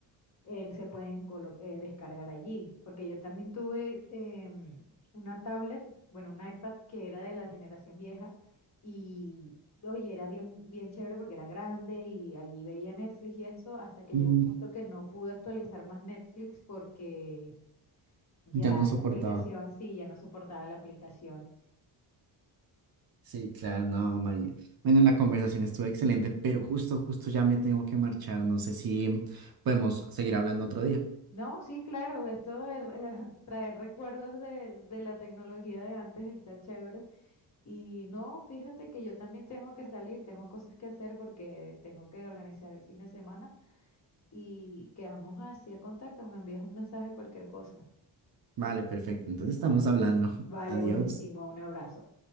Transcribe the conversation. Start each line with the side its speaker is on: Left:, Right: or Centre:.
Left: eh, se pueden colo- eh, descargar allí, porque yo también tuve em, una tablet, bueno, un iPad que era de la generación vieja y, oye, era bien, bien chévere porque era grande y allí veía Netflix y eso, hasta que
Right: Mm,
Left: llegó un punto que no pude actualizar más Netflix porque ya
Right: ya no soportaba.
Left: la aplicación, sí, ya no soportaba la aplicación.
Right: Sí, claro, no, María. Bueno, la conversación estuvo excelente, pero justo, justo ya me tengo que marchar. No sé si podemos seguir hablando otro día.
Left: No, sí, claro, esto de re- <laughs> traer recuerdos de, de la tecnología de antes está chévere. Y no, fíjate que yo también tengo que salir, tengo cosas que hacer porque tengo que organizar el fin de semana y quedamos así al contacto, me envías un mensaje, cualquier cosa.
Right: Vale, perfecto. Entonces estamos
Left: Vale.
Right: hablando.
Left: Vale,
Right: <laughs> Adiós.
Left: buenísimo, un abrazo.